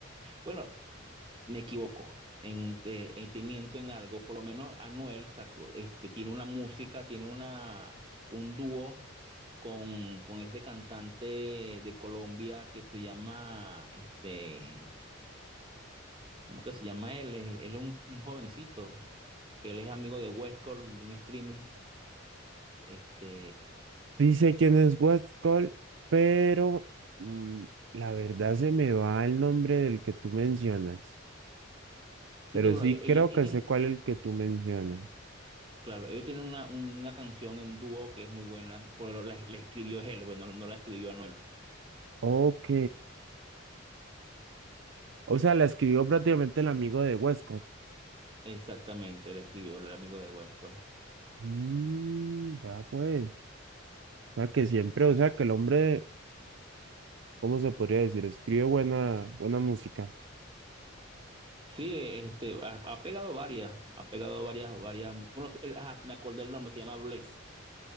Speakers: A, on the right; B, on the right.
A: Bueno, me equivoco en, eh, eh, te miento en algo. Por lo menos Anuel sacó, este, tiene una música, tiene una, un dúo con, con este cantante de Colombia que se llama, este, ¿cómo que se llama él? Él, él es un, un jovencito, que él es amigo de Westcore, un streamer. Este,
B: Sí sé quién es Westcol, pero mm, la verdad se me va el nombre del que tú mencionas.
A: sí,
B: Pero
A: sí, bueno,
B: sí
A: e-
B: creo
A: ellos tienen,
B: que sé cuál es el que tú mencionas.
A: claro, ellos tienen una, una canción en dúo que es muy buena, pero la, la escribió él, bueno, no no la escribió Anuel.
B: Ok. O sea, la escribió prácticamente el amigo de Westcol.
A: Exactamente, le escribió el amigo de Westcor.
B: Mm, va pues. O sea, que siempre, o sea, que el hombre, ¿cómo se podría decir? Escribe buena, buena música.
A: Sí, este, ha, ha pegado varias, ha pegado varias, varias. mu- Bueno, sí, el- ajá, me acordé el nombre, se llama Blaze.